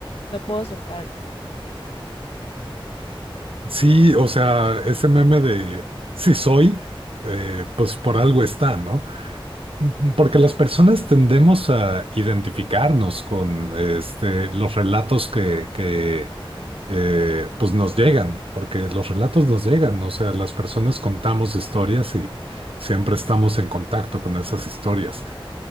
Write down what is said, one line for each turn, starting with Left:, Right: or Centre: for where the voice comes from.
Left: no puedo soltarlo.
Right: Sí, o sea, ese meme de si soy, eh, pues por algo está, ¿no? Mm, mm, Porque las personas tendemos a identificarnos con este, los relatos que, que eh, pues nos llegan, porque los relatos nos llegan, o sea, las personas contamos historias y siempre estamos en contacto con esas historias.